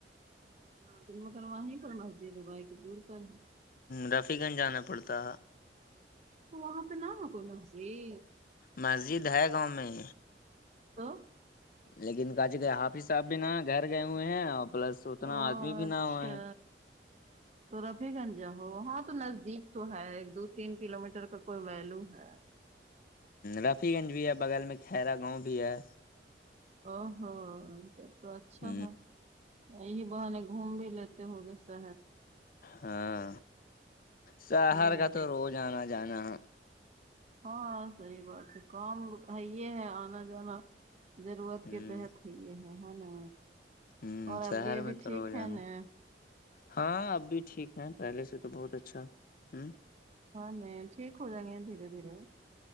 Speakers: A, on the right (about 40°); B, on the left (about 50°).
A: ہاں تو مگر وہیں پر مسجد ہے بھائی کی دور پر
B: رفی گنج جانا پڑتا
A: تو وہاں پے نہ ہے کون مسجد
B: مسجد ہے گاوں میں
A: تو
B: لیکن کا جی کا حافظ صاحب بھی نہ گھر گئے ہوئے ہیں اور پلس اتنا
A: او
B: ادمی بھی
A: اچھا
B: نہ ہوئے ہیں
A: تو رفی گنج جا ہو ہاں تو نزدیک تو ہے ایک دو تین کلو میٹر کا کوئی ویلو ہے
B: رفی گنج بھی ہے بغل میں خرا گاوں بھی ہے
A: او ہو تب تو اچھا
B: ہ
A: ہے یہی بہانے گھوم بھی لیتے ہو گے شہر
B: ہاں شہر
A: ہے نا
B: کا تو روز انا جانا ہے
A: ہاں صحیح بات ہے کام ہے یے ہے آنا جانا ضرورت
B: ہوں
A: کے تحت ہے یے ہے ہے نا
B: ہوں
A: اور
B: شہر
A: ابھی ابھی
B: میں تو
A: ٹھیک
B: روزانہ
A: ہے نا
B: ہاں اب بھی ٹھیک ہے پہلے سے تو بہت اچھا ہمم
A: ہاں نہیں ٹھیک ہو جاے گے دھیرے دھیرے